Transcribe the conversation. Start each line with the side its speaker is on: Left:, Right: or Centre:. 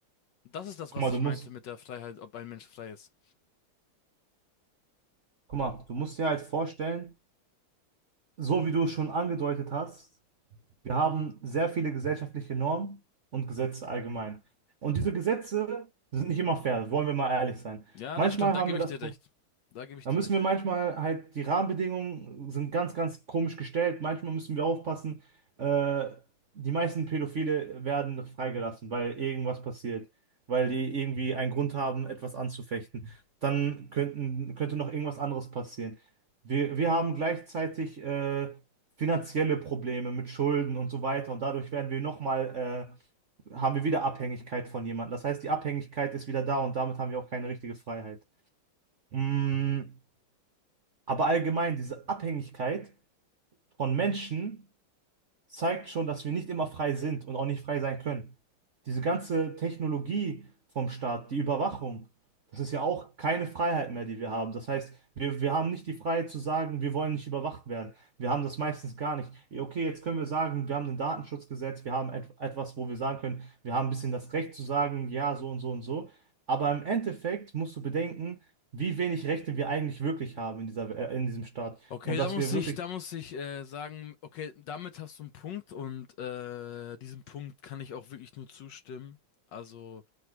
Left: Und das ist das,
Right: guck
Left: was
Right: mal,
Left: ich
Right: du musst.
Left: meinte mit der Freiheit, ob ein Mensch frei ist.
Right: Guck mal, du musst dir halt vorstellen, so wie du es schon angedeutet hast, wir haben sehr viele gesellschaftliche Normen und Gesetze allgemein. Und diese Gesetze sind nicht immer fair, wollen wir mal ehrlich sein.
Left: Ja,
Right: Manchmal
Left: das stimmt,
Right: haben
Left: da gebe
Right: wir das
Left: ich dir recht. Da gebe ich
Right: da
Left: dir
Right: müssen
Left: recht.
Right: wir manchmal halt, die Rahmenbedingungen sind ganz, ganz komisch gestellt. Manchmal müssen wir aufpassen. Äh, die meisten Pädophile werden freigelassen, weil irgendwas passiert, weil die irgendwie einen Grund haben, etwas anzufechten. Dann könnten, könnte noch irgendwas anderes passieren. Wir, wir haben gleichzeitig äh, finanzielle Probleme mit Schulden und so weiter. Und dadurch werden wir nochmal, äh, haben wir wieder Abhängigkeit von jemandem. Das heißt, die Abhängigkeit ist wieder da und damit haben wir auch keine richtige Freiheit. Mm. Aber allgemein diese Abhängigkeit von Menschen, zeigt schon, dass wir nicht immer frei sind und auch nicht frei sein können. Diese ganze Technologie vom Staat, die Überwachung, das ist ja auch keine Freiheit mehr, die wir haben. Das heißt, wir, wir haben nicht die Freiheit zu sagen, wir wollen nicht überwacht werden. Wir haben das meistens gar nicht. Ja, Okay, jetzt können wir sagen, wir haben ein Datenschutzgesetz, wir haben et etwas, wo wir sagen können, wir haben ein bisschen das Recht zu sagen, ja, so und so und so. Aber im Endeffekt musst du bedenken, wie wenig Rechte wir eigentlich wirklich haben in dieser, äh, in diesem Staat.
Left: Okay,
Right: Und
Left: da
Right: dass
Left: muss
Right: wir
Left: ich,
Right: wirklich,
Left: da muss ich äh, sagen, okay, damit hast du einen Punkt und äh, diesem Punkt kann ich auch wirklich nur zustimmen. Also